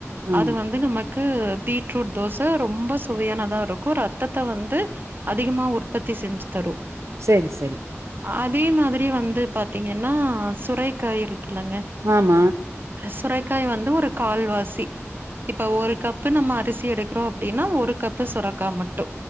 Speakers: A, on the right; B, on the right.
A: ஆ
B: அது வந்து நமக்கு பீட்ரூட் தோச ரொம்ப சுவையானதா இருக்கு ரத்தத்த வந்து அதிகமா உற்பத்தி செஞ்சு தரு
A: செரி சரி
B: அதே மாதிரி வந்து பாத்தீங்கனா சுரைக்காய் இருக்குலங்க
A: ஆமா
B: சுரைக்காய் வந்து ஒரு கால்வாசி இப்ப ஒரு கப்பு நம்ம அரிசி எடுக்றோ அப்டினா ஒரு கப்பு சுரக்கா மட்டு